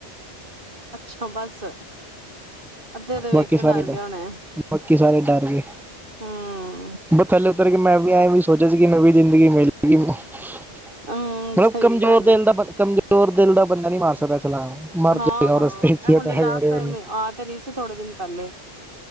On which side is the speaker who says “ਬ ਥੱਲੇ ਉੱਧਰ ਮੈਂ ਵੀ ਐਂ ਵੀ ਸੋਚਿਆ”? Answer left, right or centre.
Centre